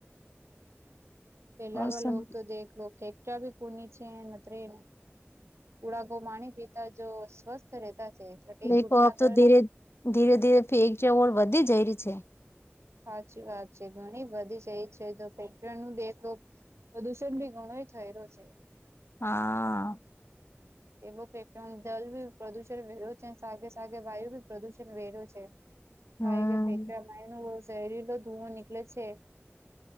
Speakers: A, on the right (about 85°); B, on the left (about 65°).
A: પેલા
B: ઓર
A: વાલ
B: સબ
A: તો દેખલો કે કભી કોની છેત્ર ને ઉડાકો માણી પીતા જો સ્વસ્થ રહેતા છે એ
B: દેખો
A: ઘૂટના
B: અબ
A: દર્દ
B: તો ધીરે ધીરે ધીરે ફેક જવર વધી જઈ રહી છે.
A: હાચી વાત છે ઘણી બધી છે એ છે તો ફેક્ટરી ન દે પ્રદૂષણભી ઘણો થય રહ્યો છે.
B: હા
A: એવો ફેકટરી જલ ભી પ્રદુષણ વેરો છે સાગે સાગે વાયુ ભી પ્રદુષણ વેર્યુ છે.
B: હમ્મ.
A: <unintelligible> શહેરીલો ધુઓ નીકળે છે.